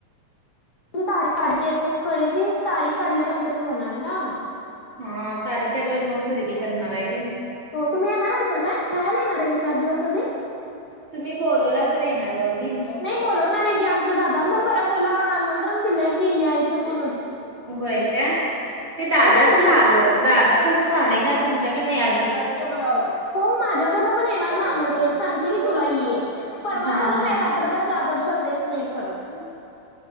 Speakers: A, on the left (about 85°); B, on the right (about 30°).
A: तारीख काढचीून खरेदी तारीख काढल्यानंतर होणार ना.
B: हा तारिक काढल्यावर मग खरेदी करणार हाय व्हय.
A: हो तुम्ही येणार आहेसा काय? राहायला येणार आहे का चार दिवस? आधी
B: तुम्ही बोलवला तर येणार ओ आम्ही.
A: नाही बोलवणार आहे की. आमच्या दादानं पण परवा तुला आमंत्रण दिलंय की यायचं म्हणून.
B: होय काय? ते दादाच
A: होय का नाही
B: झालं. दादाकडून आलंय ना तुमच्याकडनं याय
A: हो माझ्याकडनं पण येणार ना आमंत्रण सांगते की तुला ये. परवा
B: हा
A: सर्व <unintelligible>
B: हा
A: तर ब जागच बसायचं नाही खरं